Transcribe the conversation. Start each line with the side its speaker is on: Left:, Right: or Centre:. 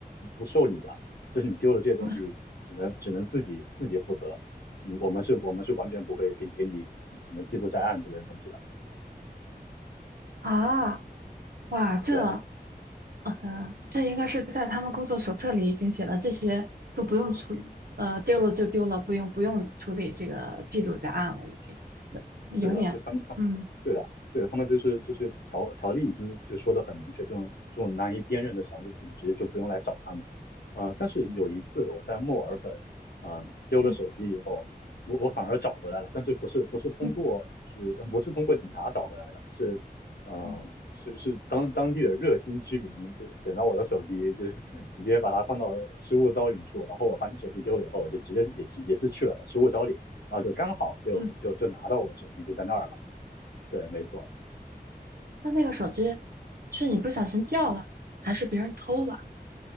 Left: 不受理的，就是你丢了这些东西，
Right: 嗯
Left: 只能只能自己自己负责。嗯，我们是，我们是完全不会给给你记什么记录在案之类的东西的。
Right: 啊，哇，这。
Left: 对。
Right: 呃，这应该是在他们工作手册里已经写了，这些都不用处理，呃，丢了就丢了，不用不用处理这个记录在案了，已经，呃有点，
Left: 是的，就他们他们对的对的，
Right: 嗯
Left: 他们就是就是条条例已经就说的很明确，这种这种难以辨认的小物品直接就不用来找他们。呃，但是有一次我在墨尔本，
Right: 嗯
Left: 嗯、丢了手机以后，
Right: 嗯
Left: 我我反而找回来了，但是不是不是通过是不是通过警察找回来的，
Right: 嗯
Left: 是嗯、呃是是当当地的热心居民就捡到我的手机，
Right: 嗯
Left: 就 <laughs> 直接把它放到失物招领处，然后我发现手机丢了以后，我就直接也是也是去了失物招领。然后就刚好就就就拿到我的手机就在那儿了。
Right: 嗯，
Left: 对，没错。
Right: 那那个手机是你不小心掉了，还是别人偷了？